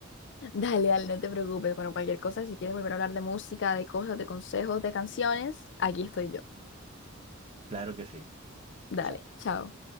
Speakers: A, on the left (about 60°); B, on the right (about 30°).
A: <laughs> Dale, dale, no te preocupes. Bueno, cualquier cosa, si quieres volver a hablar de música, de cosas, de consejos, de canciones, aquí estoy yo.
B: Claro que sí.
A: Dale,
B: Chao.
A: chao.